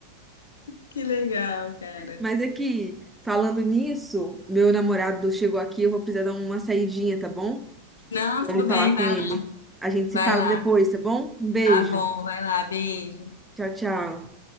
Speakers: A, on the left; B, in the centre.
A: Que legal, cara.
B: Mas é que, falando nisso, meu namorado chegou aqui, eu vou precisar dar uma saidinha, tá bom?
A: Não,
B: Vou
A: tudo
B: ali
A: bem,
B: falar com
A: vai
B: ele. A gente
A: vai
B: se fala
A: lá.
B: depois, tá bom? Um beijo.
A: Tá bom, vai lá, beijo.
B: Tchau, tchau.